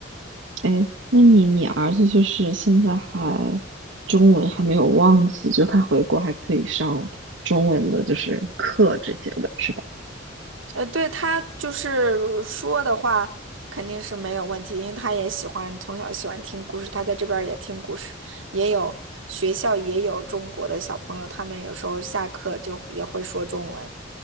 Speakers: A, on the right; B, on the right.
A: 哎，那你你儿子就是现在还中文还没有忘记，就他回国还可以上中文的，就是课这些的，是吧？
B: 呃，对他就是说的话肯定是没有问题，因为他也喜欢从小喜欢听故事，他在这边儿也听故事，也有学校也有中国的小朋友，他们有时候下课就也会说中文，